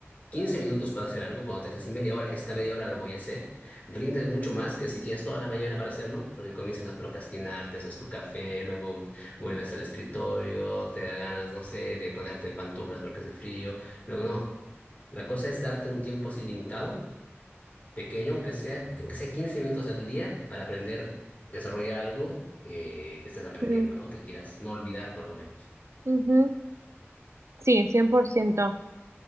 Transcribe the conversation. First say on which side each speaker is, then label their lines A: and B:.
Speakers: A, on the left; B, on the right.
A: 15 minutos para hacer algo, cuando te haces así media hora, esta media hora lo voy a hacer, rindes mucho más que si tienes toda la mañana para hacerlo, porque comienzas a procrastinar, te haces tu café, luego vuelves al escritorio, te da ganas, no sé, de ponerte pantuflas porque hace frío. Luego, no, la cosa es darte un tiempo así limitado, pequeño, aunque sea, aunque sea 15 minutos al día, para aprender, desarrollar algo que, que estés aprendiendo,
B: mm,
A: ¿no? Que quieras no olvidar por lo menos.
B: ujú, sí, 100%.